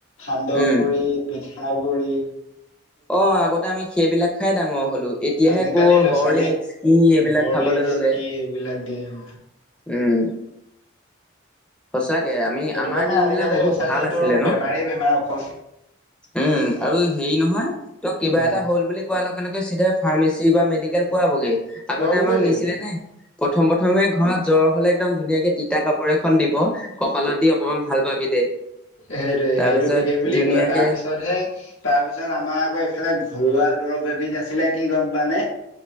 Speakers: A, on the left; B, in the centre.
A: সান্দহ
B: উম
A: গুৰি পিঠা গুৰি
B: অ', আগতে আমি সেইবিলাক খাই ডাঙৰ হ'লো এতিয়াহে
A: আজিকালি
B: কৰ
A: ল'ৰা
B: হৰলিক্স
A: ছোৱালীক
B: কি এইবিলাক
A: হৰলিক্স
B: খাবলৈ ল'লে।
A: কি এইবিলাক দিয়ে অ।
B: উম। চাকে আমি
A: সেইটো
B: আমাৰ
A: কাৰণে
B: দিন
A: আজিকালি
B: বিলাক বহুত
A: ল'ৰা ছোৱালীটোৰ
B: ভাল আছিলে
A: বেমাৰেই
B: ন?
A: বেমাৰ অকল
B: উম। আৰু হেৰি নহয় ত কিবা
A: উম
B: এটা হ'ল বুলি কোৱাৰ লগে লগে চিধাই ফাৰ্মাচি বা মেডিকেল পোৱাবগে। আগতে
A: খোৱাবগৈ
B: আমাক
A: লাগিব
B: নিছিলে নে প্ৰথম প্ৰথমে ঘৰত জ্বৰ হলে একদম ধুনীয়াকে তিতা কাপোৰে খন দিব কপালত দি অকমান ভাল পাবি দে।
A: সেইটো
B: তাৰপিছত
A: সেইটো সেইবুলি
B: ধুনীয়াকে
A: কয় তাৰ পিছতহে তাৰপিছত আমাৰ আকৌ এইফালে ঘৰুৱা দৰৱ এবিধ আছিলে কি গম পানে